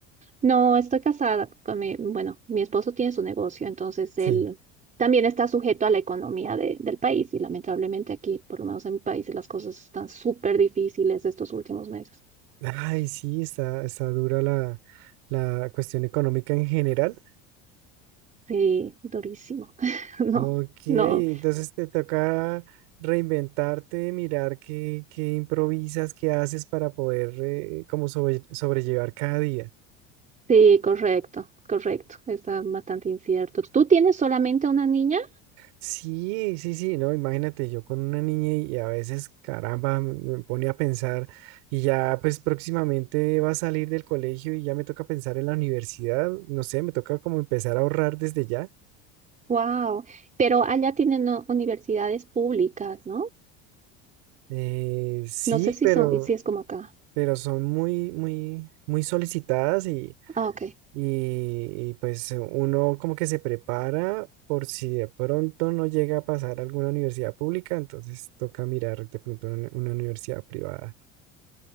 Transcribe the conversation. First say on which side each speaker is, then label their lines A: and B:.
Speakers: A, on the right; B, on the right.
A: No, estoy casada con mi, bueno, mi esposo tiene su negocio, entonces
B: Sí.
A: él también está sujeto a la economía de- del país y lamentablemente aquí, por lo menos en mi país, las cosas están súper difíciles estos últimos meses.
B: Ay, sí, está, está dura la, la cuestión económica en general.
A: Sí, durísimo. <laughs> No,
B: Ok, entonces
A: no,
B: te toca reinventarte, mirar qué, qué improvisas, qué haces para poder eh, como sobre- sobrellevar cada día.
A: sí, correcto, correcto. Está bastante incierto. ¿Tú tienes solamente una niña?
B: Sí, sí, sí, no, imagínate yo con una niña y, y a veces, caramba, me me pone a pensar y ya pues próximamente va a salir del colegio y ya me toca pensar en la universidad, no sé, me toca como empezar a ahorrar desde ya.
A: Wow, pero allá tienen no, universidades públicas, ¿no?
B: Eh, sí,
A: No sé si
B: pero,
A: son, si es como acá.
B: pero son muy, muy, muy solicitadas y...
A: Ah, ok.
B: y, y, pues uno como que se prepara por si de pronto no llega a pasar a alguna universidad pública, entonces toca mirar de pronto una, una universidad privada.